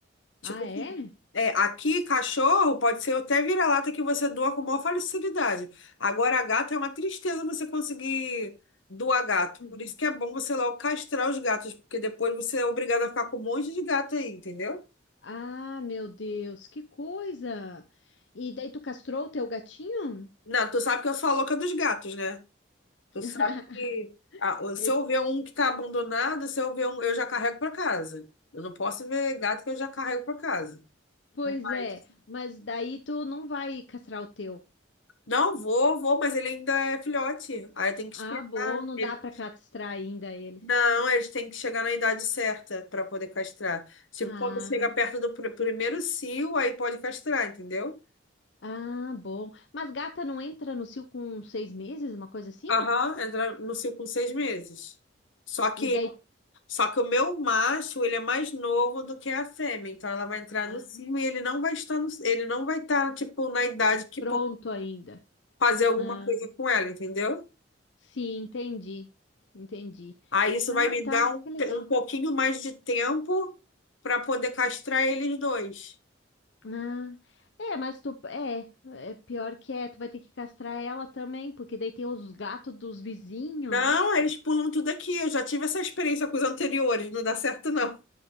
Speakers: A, on the left; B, on the left.
A: Tipo
B: Ah,
A: assim,
B: é?
A: é, aqui cachorro pode ser até vira-lata que você doa com maior facilidade. Agora, gato é uma tristeza você conseguir doar gato.
B: Uhum.
A: Por isso que é bom você logo castrar os gatos, porque depois você é obrigado a ficar com um monte de gato aí, entendeu?
B: Ah, meu Deus, que coisa! E daí tu castrou o teu gatinho?
A: Não, tu sabe que eu sou a louca dos gatos, né? Tu
B: <laughs>
A: sabe que ah, se
B: Eh,
A: eu ver um que tá abandonado, se eu ver um, eu já carrego pra casa. Eu não posso ver gato que eu já carrego pra casa.
B: Pois
A: Mas-
B: é, mas daí tu não vai castrar o teu.
A: Não, vou, vou, mas ele ainda é filhote. Aí tem que
B: Ah,
A: esperar.
B: bom, não
A: Ele
B: dá pra castrar ainda ele.
A: Não, eles têm que chegar na idade certa para poder castrar. Tipo,
B: Ah,
A: quando chega perto do pr- primeiro cio, aí pode castrar, entendeu?
B: ah, bom. Mas gata não entra no cio com seis meses, uma coisa assim?
A: Aham, entra no cio com seis meses. Só que,
B: E daí,
A: só que o meu macho, ele é mais novo do que a fêmea, então ela vai entrar
B: ah,
A: no cio e ele não vai estar no, ele não vai estar, tipo, na idade que
B: pronto
A: possa
B: ainda.
A: fazer alguma
B: Ah,
A: coisa com ela, entendeu?
B: sim, entendi, entendi.
A: Aí isso
B: Ah,
A: vai me
B: tá,
A: dar um,
B: que legal.
A: te- um pouquinho mais de tempo para poder castrar eles dois.
B: Ah, é, mas tu é, é pior que é, tu vai ter que castrar ela também, porque daí tem os gatos dos vizinhos,
A: Não,
B: né? que-
A: eles pulam tudo aqui. Eu já tive essa experiência com os anteriores, não dá certo, não.